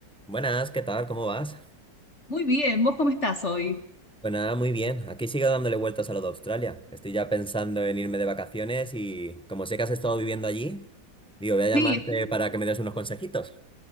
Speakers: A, in the centre; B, on the left.
A: Buenas, ¿qué tal? ¿Cómo vas?
B: Muy bien, ¿vos cómo estás hoy?
A: Pues nada, muy bien. Aquí sigo dándole vueltas a lo de Australia. Estoy ya pensando en irme de vacaciones y como sé que has estado viviendo allí, digo, voy a llamarte
B: Sí, estuve.
A: para que me des unos consejitos.